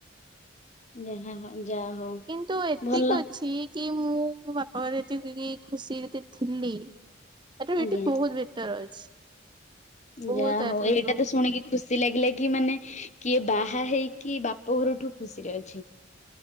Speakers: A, on the left; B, on the right.
A: ଯାହା ହଉ ଯାହା ହଉ।
B: କିନ୍ତୁ ଏତିକି
A: ଭଲ
B: ଅଛି କି ମୁଁ ମୋ ବାପା ଘରେ ଯେତିକି ଖୁସିରେ ଥିଲି <unintelligible> ଏଠି
A: ଆଜ୍ଞା।
B: ବହୁତ୍ ବେଟର୍ ଅଛି। ବହୁତ
A: ଯାହା
B: ତାଠାରୁ
A: ହଉ ଏଇଟା ତ ଶୁଣିକି ଖୁସିଲାଗିଲା କି ମାନେ କିଏ ବାହା ହେଇକି ବାପ ଘରଠୁ ଖୁସିରେ ଅଛି।